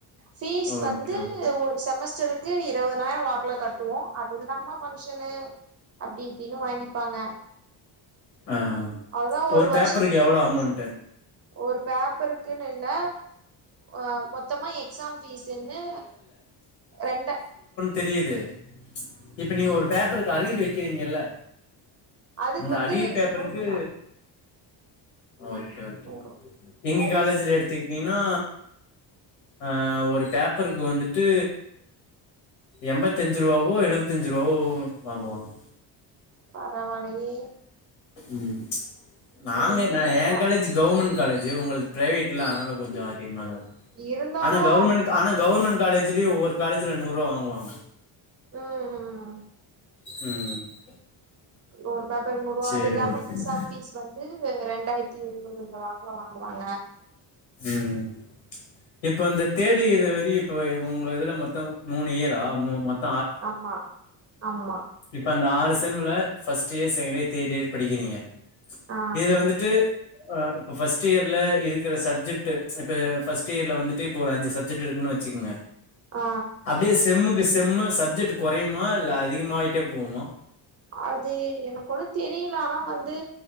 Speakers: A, on the right; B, on the left.
A: ஃபீஸ் வந்து
B: ஓகே ஓகே
A: ஒரு செமஸ்டருக்கு இருபது நாயிரோ வாக்குல கட்டுவோ அது இல்லாம ஃபங்க்ஷனு அப்டி இப்டின்னு வாங்கிப்பாங்க
B: ஆ
A: அவ்ளோதா
B: ஒரு பேப்பருக்கு
A: வருஷத்துக்கு
B: எவ்ளோ அமௌண்ட்டு
A: ஒரு பேப்பருக்குன்னு இல்ல அ மொத்தமா எக்ஸாம் ஃபீஸ்ன்னு ரெண்டு
B: தெரியிது ச்சு இப்ப நீங்க ஒரு பேப்பருக்கு அரியர் வைக்கிறீங்கல்ல
A: அதுக்கு
B: அந்த
A: வந்து
B: அரியர் பேப்பருக்கு
A: நூற்ரூபா
B: ஓகே ஓகே
A: நூற்ரூபா
B: எங்க
A: உங்களுக்கு
B: காலேஜ்ல எடுத்திக் கிட்டிங்கனா அ ஒரு பேப்பருக்கு வந்துட்டு எண்பத்தஞ்சு ரூவாவோ எழுவத்தஞ்சு ரூபவாவோ வாங்கு வாங்க
A: பரவாலயே
B: ம் நாங்க
A: வந்து
B: எனா
A: நூற்ரூபா
B: எ காலேஜு கவுர்மண்ட் காலேஜு உங்களுக்கு பிரைவேட்ல அதுனால கொஞ்சொ அதிகமா தா இருக்கு
A: இருந்தாலு
B: ஆனா கவுர்மண்ட் ஆனா க கவுர்மண்ட் காலேஜுலயு ஒவ்வொரு காலேஜுல நூருவா வாங்குவாங்க
A: ம் ம் அ
B: ம் ம்
A: ஒரு பேப்பர் நூருவா
B: சேரி
A: அது இல்லாம
B: ஓகே
A: எக்ஸாம் பீஸ் வந்து ரெண்டாயிரத்தி ஏழ்நூறு இந்த வாக்குல வாங்குறாங்க
B: ம் இப்ப இந்த தேர்ட் இயர் வரையு இப்ப ஒங்க இதுல மொத்தோ மூணு இயரா மு மொத்
A: ஆமா ஆமா
B: இப்ப அந்த ஆறு செம்முல first year second year third year படிக்கிறீங்க
A: ஆ
B: இதுல வந்துட்டு ஆ இப்ப ஃபஸ்ட் இயர்ல இருக்குற சப்ஜெக்ட்டு இப்ப ஃபஸ்ட் இயர்ல வந்துட்டு இப்ப ஒரு அஞ்சு சப்ஜெக்ட் இருகுன்னு வச்சுகங்க
A: ஆ
B: அப்டியே செம்முக்கு செம்மு சப்ஜெக்ட்டு கொறையுமா இல்ல அதிகமாயிட்டே போகுமா
A: அது எனக்கு ஒன்னு தெரியல ஆனா வந்து